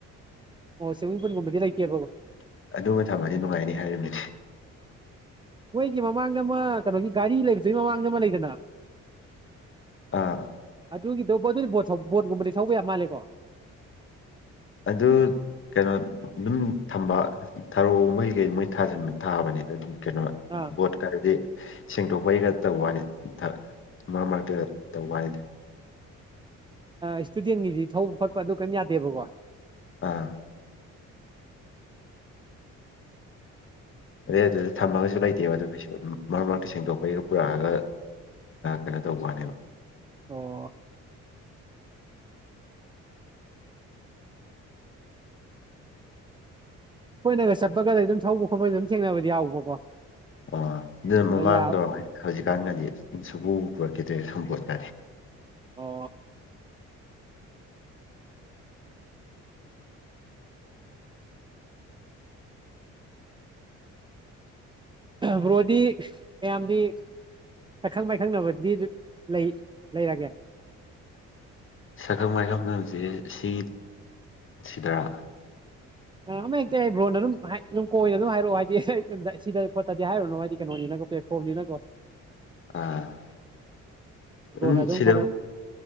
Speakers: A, on the right (about 15°); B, on the left (about 40°).
A: ꯑꯣ ꯁ꯭ꯋꯤꯃꯤꯡ ꯄꯨꯜꯒꯨꯝꯕꯗꯤ ꯂꯩꯇꯦꯕꯀꯣ
B: ꯑꯗꯨꯃ ꯊꯝꯃꯗꯤ ꯅꯨꯡꯉꯥꯏꯅꯤ ꯍꯥꯏꯔꯤꯕꯝꯅꯤꯗꯤ
A: ꯃꯣꯏꯒꯤ ꯃꯃꯥꯡꯗ ꯑꯃ ꯀꯩꯅꯣꯒꯤ ꯒꯥꯔꯤ ꯂꯩꯕꯗꯨꯒꯤ ꯃꯃꯥꯡꯗ ꯑꯃ ꯂꯩꯗꯅ
B: ꯑꯥ
A: ꯑꯗꯨꯒꯤꯗ ꯑꯗꯨꯗꯤꯠ ꯕꯣꯠꯀꯨꯝꯕꯗꯤ ꯁꯧꯕ ꯌꯥꯝ ꯃꯥꯜꯂꯦꯀꯣ
B: ꯑꯗꯨ ꯀꯩꯅꯣ ꯑꯗꯨꯝ ꯊꯝꯕ ꯊꯔꯣꯒꯨꯝꯕꯩ ꯀꯩ ꯃꯣꯏ ꯊꯥꯖꯤꯟꯕ ꯊꯥꯕꯅꯤꯗ ꯑꯗꯨꯝ ꯀꯩꯅꯣ
A: ꯑꯥ
B: ꯕꯣꯠꯀ ꯍꯥꯏꯔꯗꯤ ꯁꯦꯡꯗꯣꯛꯄꯩ ꯈ ꯇꯧꯕ ꯋꯥꯅꯤ ꯃꯔꯛ ꯃꯔꯛꯇꯒ ꯇꯧꯕ ꯋꯥꯅꯤ
A: ꯏꯁꯇꯨꯗꯦꯟꯒꯤꯗꯤ ꯊꯧꯕ ꯈꯣꯠꯄ ꯑꯗꯨ ꯀꯩꯝ ꯌꯥꯗꯦꯕꯀꯣ
B: ꯑꯥ ꯑꯗꯩ ꯑꯗꯨꯗ ꯊꯝꯃꯒꯁꯨ ꯂꯩꯇꯦꯕ ꯑꯗꯨ ꯀꯩꯁꯨ ꯑꯗꯨꯝ ꯃꯔꯛ ꯃꯔꯛꯇ ꯁꯦꯡꯗꯣꯛꯄꯩꯒ ꯄꯨꯔꯛꯑꯒ ꯀꯩꯅꯣ ꯇꯧꯕꯅꯦꯕ
A: ꯑꯣ ꯀꯣꯏꯅꯒ ꯆꯠꯄꯒꯗꯤ ꯑꯗꯨꯝ ꯊꯧꯕ ꯈꯣꯠꯄꯗ ꯑꯗꯨꯝ ꯊꯦꯡꯅꯕꯗꯤ ꯌꯥꯎꯕꯀꯣ
B: ꯑꯣ ꯑꯗꯨꯅ
A: ꯑꯗꯨꯗ
B: ꯃꯃꯥꯡꯗꯧꯔꯝꯅꯤ
A: ꯌꯥ
B: ꯍꯧꯖꯤꯛꯀꯥꯟꯒꯗꯤ ꯁꯨꯕꯨ ꯄꯨꯔꯛꯈꯤꯗ꯭ꯔꯦ ꯁꯨꯝꯄꯣꯠꯀꯅꯤ <inaudible>
A: ꯑꯣ ꯕ꯭ꯔꯣꯗꯤ ꯃꯌꯥꯝꯗꯤ ꯁꯛꯈꯪ ꯃꯥꯏꯈꯪꯅꯕꯗꯤ ꯂꯩ ꯂꯩꯔꯒꯦ
B: ꯁꯛꯈꯪ ꯃꯥꯏꯈꯪ ꯃꯁꯦ ꯁꯤ ꯁꯤꯗꯔꯥ
A: ꯑ ꯑꯃ ꯍꯦꯛꯇ ꯑꯩ ꯕ꯭ꯔꯣꯟꯅ ꯑꯗꯨꯝꯝ ꯀꯣꯏꯅ ꯑꯗꯨꯝ ꯍꯥꯏꯔꯛꯑꯣ ꯍꯥꯏꯗꯤ ꯁꯤꯗ ꯈꯣꯠꯇꯗꯤ ꯍꯥꯏꯔꯨꯅꯨ ꯍꯥꯏꯗꯤ ꯀꯩꯅꯣꯅꯤ ꯅꯪ ꯐꯂꯤꯅꯒꯣ
B: ꯑꯥ ꯑꯗꯨꯝ
A: ꯕ꯭ꯔꯣꯅ
B: ꯁꯤꯗ
A: ꯈꯔ